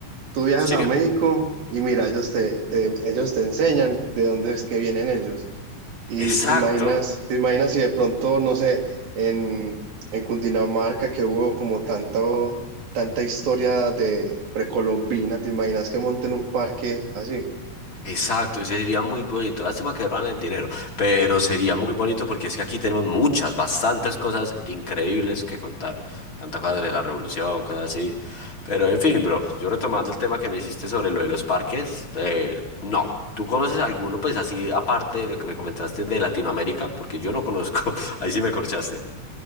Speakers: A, on the right (about 90°); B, on the left (about 35°).
A: tú viajas
B: sí,
A: a México y mira, ellos te, te- ellos te enseñan de dónde es que vienen ellos. Y
B: exacto.
A: te imaginas, te imaginas si de pronto, no sé, en, en Cundinamarca que hubo como tanto, tanta historia de precolombina, te imaginas que monten un parque así.
B: Exacto, ese sería muy bonito. Lástima que roban el dinero, pero sería muy bonito porque es que aquí tenemos muchas, bastantes cosas increíbles que contar. Tantas cosas de la revolución, cosas así. Pero en fin, bro, yo retomando el tema que me hiciste sobre lo de los parques, eh, no. ¿Tú conoces alguno, pues así, aparte de lo que me comentaste de Latinoamérica? Porque yo no conozco. <laughs> Ahí sí me corchaste.